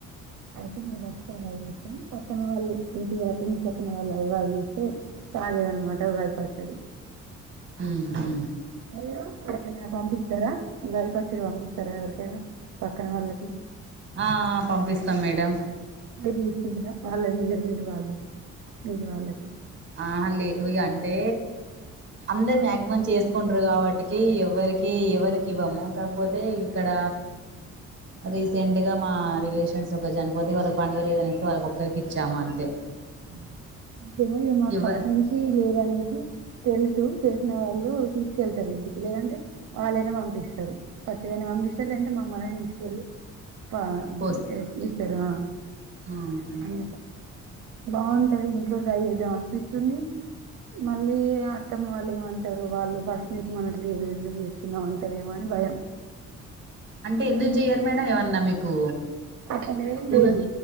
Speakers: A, on the right; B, on the right.
A: అయితే ఇంకా భక్షాలు అవి చేస్తాం పక్కన వాళ్ళు ఇంటిగా ఇంటి పక్కన వాళ్ళు ఎవ్వలు తీతే తాగేది అన్నమాట ఉగాది పచ్చడి
B: ఉమ్ ఉహు
A: మీరు ఎవరికన్నా పంపిస్తారా ఉగాది పచ్చడి పంపిస్తారా ఎవరికైనా పక్కన వాళ్ళకి
B: ఆ పంపిస్తాం మేడం
A: మీరు తీసుకుంటారా వాళ్ళ మీరు వాళ్లు మీరు వాళ్లకి
B: ఆహ లేవి అంటే అందరు మ్యాక్సిమం చేసుకుంటారు కాబట్టికి ఎవ్వరికి ఎవ్వరికి ఇవ్వము కాకపోతే ఇక్కడ రీసెంట్ గా మాత్ రిలేషన్స్ ఒకరు చనిపోతే వాళ్ళకి పండుగ లేదు అనేసి వాళ్ళకి ఒక్కరికి ఇచ్చాము అంతే
A: <unintelligible> ఏమో ఇగ మాకు
B: ఇవ్వ
A: పసు నుంచి లేదు అనేసి తెలుసు తెలిసిన వాళ్ళు తీసుకెళ్తారు ఇంటికి లేదంటే వాళ్ళైనా పంపిస్తారు పచ్చడి ఐన పంపిస్తారు లేదంటే మమ్మల్ని ఐన తీసుకెళ్ళి పా
B: పోస్
A: ఈకరా
B: ఆహా
A: అందుకా బాగుంటది ఇంట్లో ట్రై చేద్దాం అనిపిస్తుంది మళ్ళీ అత్తమ్మ వాళ్ళు ఏమంటారు వాళ్ళు ఫస్ట్ నుంచి మనకి ఏద ఎందుకు చేస్తుంది అంటారు ఏమో అని భయం
B: అంటే ఎందుకు జేయ్యరు మేడం ఏమన్నా మీకు
A: అట్ల నేమ్
B: ఉగా
A: లేదు